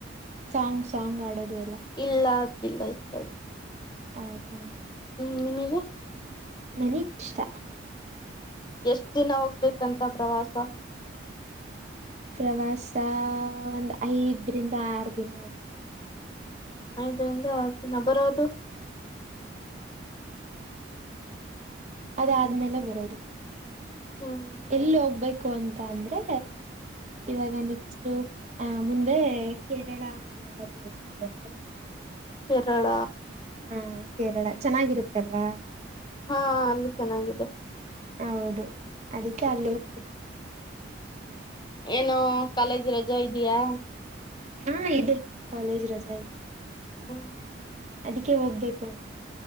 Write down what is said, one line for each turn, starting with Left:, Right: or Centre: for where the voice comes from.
Right: ಸಾಂಗ್ ಸಾಂಗ್ ಆಡೋದು. ಎಲ್ಲ
Left: ಇಲ್ಲ <unintelligible>
Right: ಹೌದಾ
Left: ಹ್ಮ್ ನಿಮೀಗೆ
Right: ನನಿಗ್ ಇಷ್ಟ
Left: ಎಷ್ಟ ದಿನ ಹೋಗ್ಬೇಕಂತ ಪ್ರವಾಸ.
Right: ಪ್ರವಾಸ ಒಂದ್ ಐದರಿಂದ ಆರು ದಿನ ಹೋಗ್ಬೇಕ್.
Left: ಐದರಿಂದ ಅರ್ದಿನ ಬರದು.
Right: ಅದಾದ್ಮೇಲೆ ಬರೋದು
Left: ಹ್ಮ್
Right: ಎಲ್ಲಿ ಹೋಗ್ಬೇಕು. <unintelligible> ಅಂತ ಅಂದರೆ ಇವಾಗ ನೆಕ್ಸ್ಟ್ ಆಹ ಮುಂದೆ ಕೇರಳಲ್ಲ ಎನಾದ್ರೂ ಹೋಗ್ಬೇಕು ಅಂದ್ರೆ ಇಷ್ಟ.
Left: ಕೇರಳ
Right: ಹ ಕೇರಳ ಚೆನ್ನಾಗಿರುತ್ತಲ್ವಾ.
Left: ಹಾ ಅಲ್ಲೂ ಚೆನ್ನಾಗಿದೆ.
Right: ಹೌದು ಅದಕ್ಕೆ ಅಲ್ಲೇೋಗ್
Left: ಏನು ಕಾಲೇಜ್ ರಜಾ ಇದ್ಯಾ.
Right: ಹಾ ಇದೆ ಕಾಲೇಜ್ ರಜಾ ಇದೆ.
Left: ಹ್ಮ್
Right: ಅದಕ್ಕೆ ಹೋಗ್ಬೇಕು ಅಂ